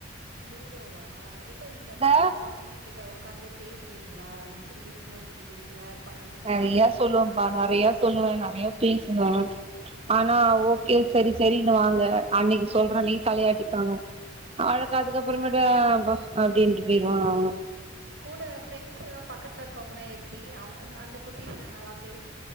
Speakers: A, on the right (about 60°); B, on the right (about 30°).
A: லூடோவா இல்ல நீங்க
B: இந்த
A: பா கொழந்தைங்க கிட்ட ஒக்காந்து பேசுவீங்களா இப்பிடி இருங்க இப்பிடி இருங்க படிங்க,
B: நறையா
A: இங்க போங்க,
B: சொல்லுவேம்ப்பா
A: அங்க
B: நறையா
A: போங்க."
B: சொல்லுவே நறையா பேசுவே
A: ம்.
B: ஆனா ஓகே செரி செரின்னுவாங்க அன்னக்கி சொல்ற அன்னக்கி தலையாட்டிப்பாங்க அவளுக்கு அதுக்கப்புறமேட்டு அ போ அப்டீன்ட்டு போயிருவாங்க அவளோ
A: கூட ஃப்ரெண்ட்ஸெல்லா பக்கத்துல இருக்கவுங்கல்லா எப்டி அவுங்க அந்த குட்டீஸ்ல்லா நல்லா பேசு